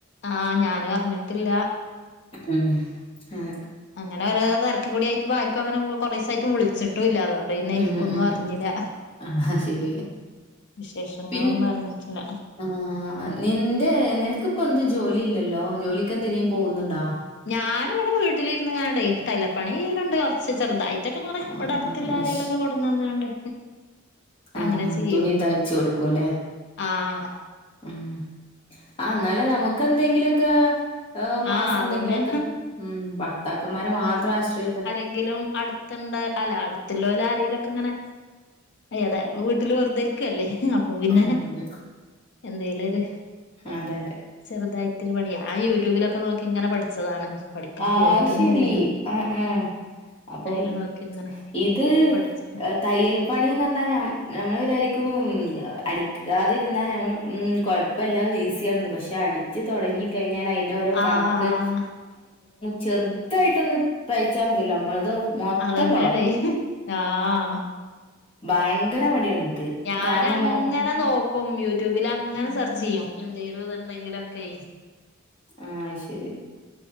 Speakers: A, on the left; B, on the left.
A: ആഹ് ഞാനും അറിഞ്ഞിട്ടില്ല.
B: ആഹ് ആഹ്
A: അങ്ങനെ ഓരോ തിരക്കി കൂടിയായിട്ട് <unintelligible> അങ്ങനെ കുറേസായിട്ട് വിളിച്ചിട് ഒട്ടുല്ല അതുകൊണ്ട് തന്നെ
B: ഉം
A: ഒന്നും
B: ഉം
A: അറിഞ്ഞീലാ
B: ഉം. ആഹ് ശരി.
A: വിശേഷങ്ങളൊന്നും
B: പിൻ
A: അറിഞ്ഞിട്ടില്ല
B: ആഹ് നിന്റെ നിനക്കിപ്പോ എന്തും ജോലി ഇല്ലല്ലോ ജോലിക്ക് എന്തിനേലും പോകുന്നുണ്ടോ
A: ഞാന് ഇവിടെ വീട്ടിലിരുന്ന് കാണ്ട് ടെയ്‌ലർ പണി ചെയലുണ്ട് കൊറച്ച് ചെറുതായി് മറ്റൊക്കെ ഇങ്ങനെ
B: ആഹ്
A: ഇവിടെ അടുത്തല്ലാരയിലൊക്കെ
B: മെഷ്
A: കൊടുന്ന് തന്നണ്ട്
B: ആഹ്
A: അങ്ങനെ ചെയ്യും
B: തുണി തയ്ച്ചു കൊടുക്കുംല്ലേ?
A: ആഹ്
B: ഉം ആ എന്നാലും നമുക്ക് എന്തെങ്കിലുഒക്കെ മാസം
A: ആഹ് അതന്നെ
B: എന്തെങ്കിലുമൊക്കെ ഉം ഭർത്താ ക ന്മാരെ മാത്രം ആശ്രയിക്ക
A: ങ്കിലും അടുത്ത ഉണ്ട് അല്ല അടുത്തുള്ള ആരെങ്കിലൊക്കെ ഇങ്ങനെ ഏതായാലും വീട്ടില് വെറുതെരിക്കുംല്ലേ അപ്പം പിന്നെ
B: ആഹ് അതെ.
A: എന്തെലരു
B: അതെ അതെ.
A: ചെറുതായിട്ട് ഒരു പണി ഞാൻ യൂട്യൂബിലൊക്കെ നോക്കി ഇങ്ങനെ പഠിച്ചതാണ്. പഠിക്കാൻ
B: ആഹ്
A: പോയിട്ടൊന്നുല്ല
B: ശരി അ അ അപ്പം
A: അയില് നോക്കി ഇങ്ങനെ
B: ഇത്
A: പഠിച്ചിട്ട്
B: തയ്യൽ പണിന്ന് പറഞ്ഞാൽ ഞമ്മൾ വിചാരിക്കും അടിക്കാതിരുന്നാ ഞമ്മൾ ഉം കുഴപ്പമില്ലാ ഈസിയണത് പക്ഷെ അടി ച്ച് തുടങ്ങി കഴിഞ്ഞാൽ അതിന്റെ ഓരോ
A: ആഹ്
B: കണക്ക് ചെറുതായിട്ടൊന്നും തഴച്ചാൽ മതിയല്ലോ നമ്മളത് മൊത്തം
A: അതന്നെയാണ്
B: കൊളാവും
A: ആഹ്
B: ഭയങ്കര മടിയാണ് ഇൻക്ക്
A: ഞാനങ്ങനെ
B: കാരണം മൊ
A: നോക്ക ക്കും യൂട്യൂബിൽ അങ്ങനെ സെർച്ച് ചെയ്യും എന്തെങ്കലും ഇത്ണ്ടെങ്കിലും ഒക്കെ
B: ആഹ് ശരി